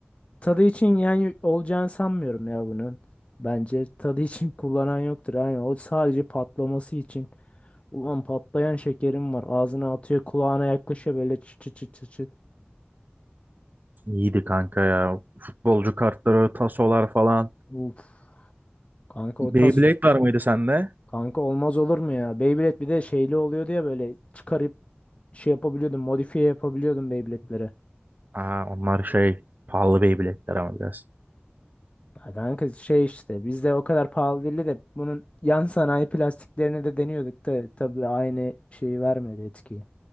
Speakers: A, on the left; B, on the right.
A: Tadı için yani olacağını sanmıyorum ya bunun. Bence tadı için <laughs> kullanan yoktur. Yani o sadece patlaması için. Ulan patlayan şekerim var. Ağzına atıyor, kulağına yaklaşıyor böyle çıt çıt çıt çıt. çıt.
B: İyiydi kanka ya. Futbolcu kartları, tasolar falan.
A: Uf. Kanka
B: Beyblade
A: o tas
B: var mıydı sende?
A: kanka olmaz olur mu ya? Beyblade bir de şeyli oluyordu ya böyle çıkarıp şey yapabiliyordum, modifiye yapabiliyordum Beyblade'lere.
B: Aa, onlar şey pahalı Beyblade'ler ama biraz.
A: Ya Kanka şey işte bizde o kadar pahalı değildi de bunun yan sanayi plastiklerini de deniyorduk da tabii aynı şeyi vermedi etkiyi.